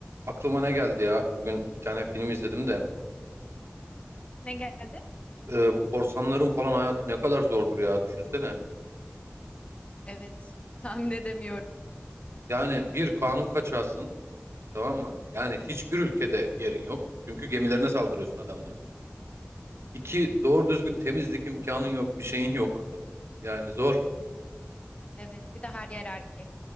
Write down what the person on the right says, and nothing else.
Aklıma ne geldi ya? Bugün bir tane film izledim de.
e, bu korsanların falan hayatı ne kadar zordur ya düşünsene.
Yani bir kanun kaçağısın tamam mı? Yani hiçbir ülkede yerin yok. Çünkü gemilerine saldırıyorsun adamların. İki doğru düzgün temizlik imkanın yok bir şeyin yok. <laughs> Yani zor.